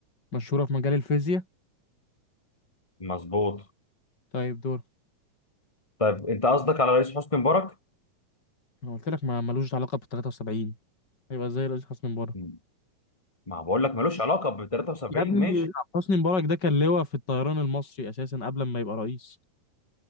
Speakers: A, on the left; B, on the left.
A: مشهورة في مجال الفيزياء؟
B: مظبوط
A: طيب دور
B: طيب انت قصدك على رئيس حسني مبارك
A: انا قلت لك ما ملوش علاقة بال 73 هيبقى زي رئيس حسني مبارك
B: م- ما بقول لك ملوش علاقة ب 73
A: يا ابني
B: ماشي
A: حسني مبارك ده كان لواء في الطيران المصري اساسا قبل ما يبقى رئيس